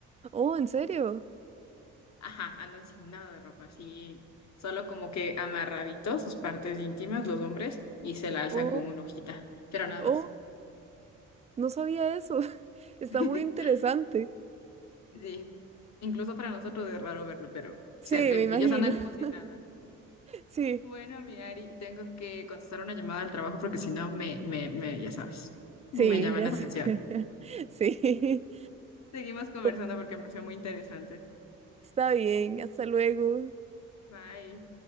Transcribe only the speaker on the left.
Ajá, andan sin nada de ropa, así, solo como que amarraditos sus partes íntimas, los hombres, y se la alzan
con una hojita, pero nada
más.
<laughs>
Sí, incluso para nosotros es raro verlo, pero
se- eh,
ellos andan como si
nada.
Bueno, mi Ari, tengo que contestar una llamada al trabajo porque si no me, me, me, ya sabes, me
llaman
la <laughs> atención.
Seguimos conversando
porque me pareció muy interesante.
Bye.